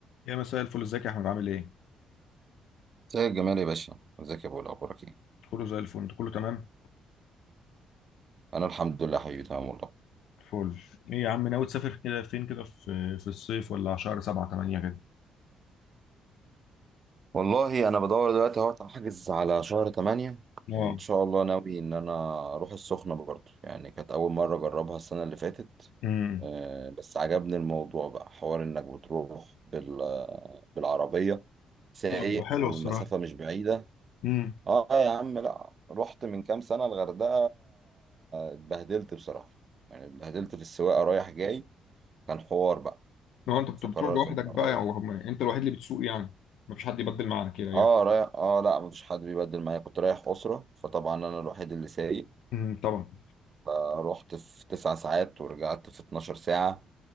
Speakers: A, on the left; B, on the right.
A: يا مساء الفل ازيك يا احمد عامل ايه؟
B: زي الجمال يا باشا ازيك يا ابو اخبارك ايه
A: كله زي الفل انت كله تمام؟
B: انا الحمد لله حبيبي تمام والله
A: فل ايه يا عم ناوي تسافر كده فين كده في في الصيف ولا على شهر 7 8 كده؟
B: والله انا بدور دلوقتي اهو احجز على شهر 8
A: اه
B: ان شاء الله ناوي ان انا اروح السخنه برضو يعني كانت اول مره اجربها السنه اللي فاتت
A: امم
B: آه، بس عجبني الموضوع بقى حوار انك بتروح بال بالعربيه سايق
A: طب حلو
B: والمسافه
A: الصراحة
B: مش بعيده
A: امم
B: اه يا عم لا رحت من كام سنه الغردقه اتبهدلت بصراحه يعني اتبهدلت في السواقه رايح جاي كان حوار بقى
A: لو انت بت-
B: فقررت
A: بتروح لوحدك
B: ان انا
A: بقى
B: اغير
A: او هم- انت الوحيد اللي بتسوق يعني مفيش حد يبدل معاك كده يعني
B: اه رايح اه لا مفيش حد بيبدل معايا كنت رايح أسرة فطبعا أنا الوحيد اللي سايق
A: امم طبعا
B: فروحت في تسع ساعات ورجعت في 12 ساعة